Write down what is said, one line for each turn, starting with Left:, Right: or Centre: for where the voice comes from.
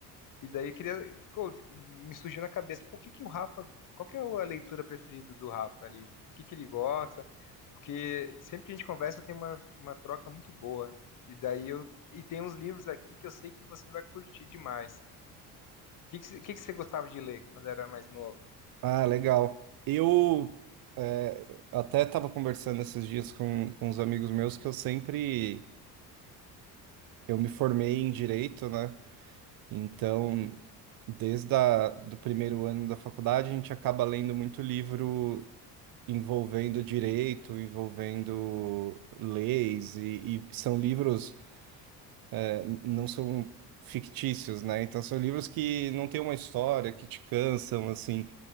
Left: E daí eu queria, ficou- me surgiu na cabeça, por que que o Rafa, qual que é a leitura preferida do Rafa ali? O que que ele gosta? Porque sempre que a gente conversa tem uma, uma troca muito boa. E daí eu, e tem uns livros aqui que eu sei que você vai curtir demais. O que que, você- o que que você gostava de ler quando era mais novo?
Right: Ah, legal. Eu é, até estava conversando esses dias com, com uns amigos meus que eu sempre eu me formei em direito, né? Então, desde a, do primeiro ano da faculdade, a gente acaba lendo muito livro envolvendo direito, envolvendo leis, e, e são livros, é, não são fictícios, né? Então, são livros que não têm uma história, que te cansam, assim.